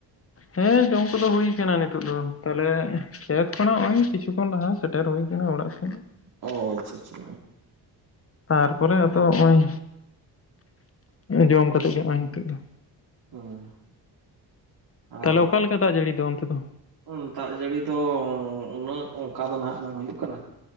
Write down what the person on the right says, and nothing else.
ᱚᱻ ᱟᱪᱪᱷᱟ ᱟᱪᱪᱷᱟ
ᱚᱸ ᱟᱨ
ᱩᱸ ᱫᱟᱜ ᱡᱟᱹᱲᱤ ᱫᱚ ᱩᱱᱟᱹᱜ ᱚᱝᱠᱟ ᱫᱚ ᱱᱟᱦᱟᱜ ᱵᱟᱝ ᱦᱩᱭᱩᱜ ᱠᱟᱱᱟ ᱾